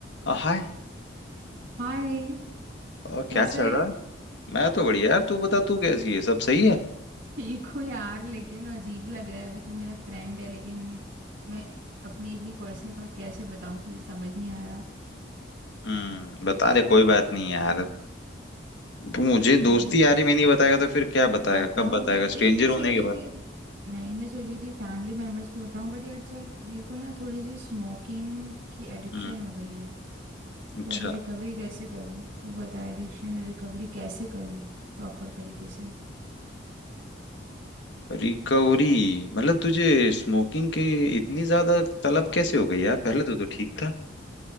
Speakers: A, on the left (about 65°); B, on the right (about 45°).
A: अ, हाय
B: हाय
A: और
B: कैसा
A: क्या चल
B: है
A: रहा है मैं तो बढ़िया यार तू बता तू कैसी है सब सही है
B: ठीक हूँ यार लेकिन अजीब लग रहा है अभी तू मेरा फ्रेंड है लेकिन मैं अपनी इतनी पर्सनल बात कैसे बताऊँ तुझे समझ नहीं आ रहा
A: हम्म बता दे कोई बात नहीं यार तू मुझे
B: अरे
A: दोस्ती यारी में नहीं बताएगा तो फिर क्या बताएगा
B: बताऊंगी
A: कब बताएगा
B: लेकिन
A: स्ट्रेंजर
B: मैं सोची
A: होने के बाद
B: थी नहीं मैं सोची थी फैमिली मेम्बर्स को बताऊं बट यार चल मेरे को ना थोड़ी सी स्मोकिंग की एडिक्शन
A: हम्म
B: हो गई है
A: अच्छा
B: तो अभी रिकवरी कैसे करूं तू बता एडिक्शन रिकवरी कैसे करूं प्रॉपर तरीके से
A: रिकवरी मतलब तुझे स्मोकिंग की इतनी ज्यादा तलब कैसे हो गई यार पहले तो तो ठीक था